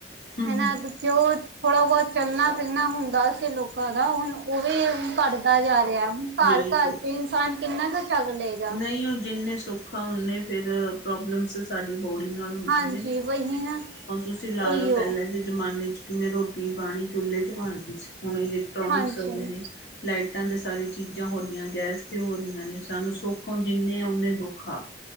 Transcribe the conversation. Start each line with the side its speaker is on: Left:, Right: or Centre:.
Left: ਹੂੰ
Right: ਹੈ ਨਾ ਜੋ ਥੋੜਾ ਬਹੁਤ ਚੱਲਣਾ ਫਿਰਨਾ ਹੁੰਦਾ ਸੀ ਲੋਕਾਂ ਦਾ ਹੁਣ ਉਹ ਵੀ ਹੁਣ ਘੱਟਦਾ ਜਾ ਰਿਹਾ ਹੁਣ ਘਰ
Left: ਬਿਲਕੁਲ।
Right: ਘਰ 'ਚ ਇਨਸਾਨ ਕਿੰਨਾ ਕੁ ਚੱਲ ਲਏਗਾ
Left: ਨਹੀਂ ਉਹ ਜਿੰਨੇ ਸੁਖ ਆ ਉਹਨੇ ਫਿਰ ਪ੍ਰੋਬਲਮਸਿਜ਼ ਸਾਡੀ ਬੌਡੀ ਨਾਲ ਹੁੰਦੇ
Right: ਹਾਂਜੀ
Left: ਨੇ।
Right: ਵਹੀ ਨਾ
Left: ਹੁਣ ਤੁਸੀਂ ਲਾ
Right: ਉਹੀਓ
Left: ਲਓ, ਪਹਿਲਾਂ ਜ ਜ਼ਮਾਨੇ 'ਚ ਕਿਵੇਂ ਰੋਟੀ ਪਾਣੀ ਚੁੱਲੇ 'ਚ ਬਣਦੀ ਸੀ, ਹੁਣ ਇਲੈਕਟ੍ਰੋਨਿਕਸ
Right: ਹਾਂਜੀ
Left: ਹੋ ਗੇ ਨੇ ਲਾਈਟਾਂ ਤੇ ਸਾਰੀ ਚੀਜ਼ਾਂ ਹੋ ਰਹੀਆਂ, ਗੈਸ ਤੇ ਹੋ ਰਹੀਆਂ ਨੇ ਸਾਨੂੰ ਸੁੱਖ ਜਿੰਨੇ ਆ ਉਨੇ ਦੁੱਖ ਆ।